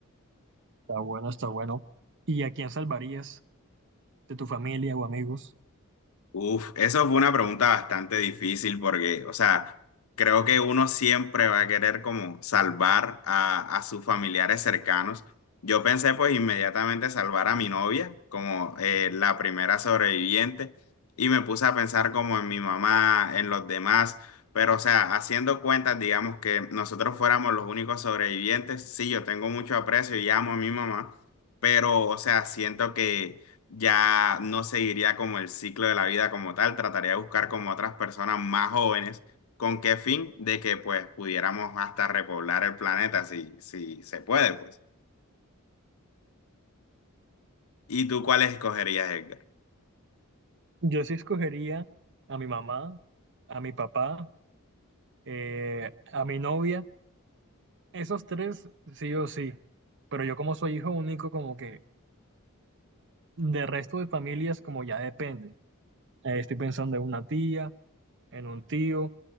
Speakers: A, on the right; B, on the left.
A: Está bueno, está bueno. ¿Y a quién salvarías de tu familia o amigos?
B: Uf, eso fue una pregunta bastante difícil porque, o sea, creo que uno siempre va a querer como salvar a, a sus familiares cercanos. Yo pensé pues inmediatamente salvar a mi novia como eh, la primera sobreviviente y me puse a pensar como en mi mamá, en los demás, pero o sea, haciendo cuentas, digamos que nosotros fuéramos los únicos sobrevivientes, sí, yo tengo mucho aprecio y amo a mi mamá, pero o sea, siento que ya no seguiría como el ciclo de la vida como tal, trataría de buscar como otras personas más jóvenes, ¿con qué fin? De que pues pudiéramos hasta repoblar el planeta si, si se puede, pues. ¿Y tú cuáles escogerías, Edgar?
A: Yo sí escogería a mi mamá, a mi papá, eh, a mi novia, esos tres sí o sí, pero yo como soy hijo único, como que de resto de familias como ya depende. Eh, estoy pensando en una tía, en un tío,